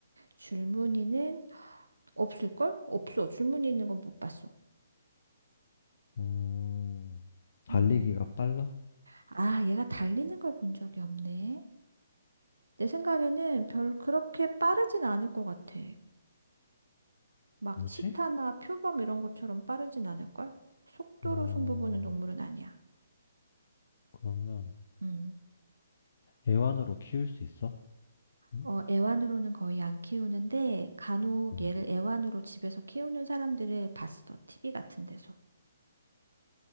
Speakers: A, on the right (about 80°); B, on the left (about 55°).
A: 줄무늬는 없을걸? 없어. 줄무늬 있는 건 못 봤어.
B: 음, 달리기가
A: 음.
B: 빨라?
A: 아, 얘가 달리는 걸 본 적이 없네. 내 생각에는 별 그렇게 빠르진 않을 것 같아. 막
B: 뭐지?
A: 치타나 표범 이런 것처럼 빠르진 않을걸? 속도로
B: 어,
A: 승부 보는 동물은 아니야.
B: 그러면
A: 음.
B: 애완으로 키울 수 있어? 응?
A: 어, 애완으로는 거의 안 키우는데 간혹
B: 어.
A: 얘를 애완으로 집에서 키우는 사람들을 봤어. TV 같은 데서.